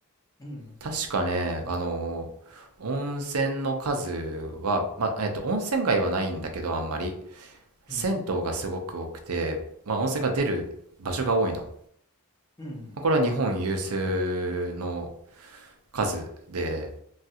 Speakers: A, on the left (about 15°); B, on the right (about 70°).
A: うん。
B: 確かね、あのー温泉の数は、まあ、えっと、温泉街はないんだけど、あんまり。銭湯がすごく多くて、
A: うん。
B: まあ、温泉が出る場所が多いの。ま
A: うん。
B: あこれは日本有数の数で、